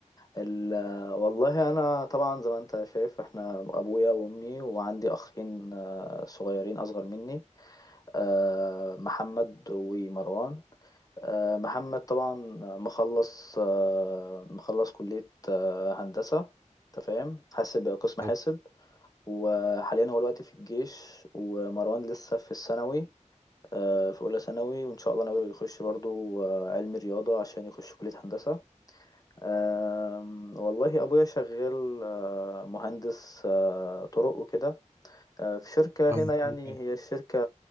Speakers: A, on the left; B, on the right.
A: ال... والله انا طبعا زي ما انت شايف احنا ابويا وامي وعندي اخين آه، صغيرين اصغر مني آه، محمد ومروان آه، محمد طبعا مخلص آه، مخلص كلية آه، هندسة انت فاهم حاسب قسم حاسب
B: حلو.
A: وحاليا هو دلوقتي في الجيش ومروان لسه في الثانوي آه، في اولى ثانوي وان شاء الله ناوي يخش برضو آه، علمي رياضة عشان يخش كلية هندسة أم، والله أبويا شغال آه، مهندس آه، طرق وكده آه، في شركة
B: آه،
A: هنا يعني
B: حاجة حلوة.
A: هي الشركة